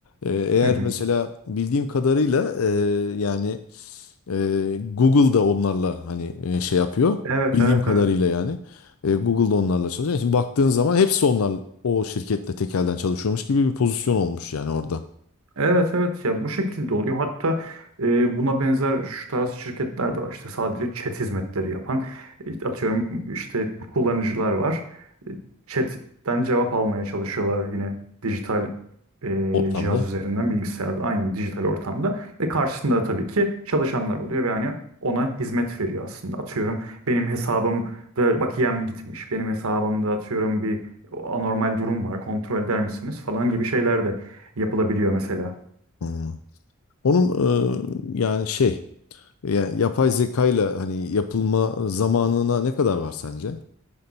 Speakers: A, on the left; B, on the right.
A: Ee, eğer
B: Hı hı.
A: mesela bildiğim kadarıyla e, yani e, Google da onlarla hani e, şey yapıyor.
B: Evet,
A: Bildiğim
B: evet,
A: kadarıyla
B: evet.
A: yani. E, Google da onlarla çalışıyor. Şimdi baktığın zaman hepsi onlar o şirketle tekelden çalışıyormuş gibi bir pozisyon olmuş yani orada
B: Evet evet ya bu şekilde oluyor. Hatta e, buna benzer şu tarz şirketler de var. İşte sadece chat hizmetleri yapan e, atıyorum işte kullanıcılar var. E, Chat'ten cevap almaya çalışıyorlar yine dijital e,
A: ortamda.
B: cihaz üzerinden bilgisayarda aynen dijital ortamda ve karşısında da tabii ki çalışanlar oluyor ve yani ona hizmet veriyor aslında. Atıyorum benim hesabımda bakiyem gitmiş. Benim hesabımda atıyorum bir anormal durum var. Kontrol eder misiniz falan gibi şeyler de yapılabiliyor mesela.
A: Hmm. Onun e, yani şey yani yapay zekayla hani yapılma zamanına ne kadar var sence?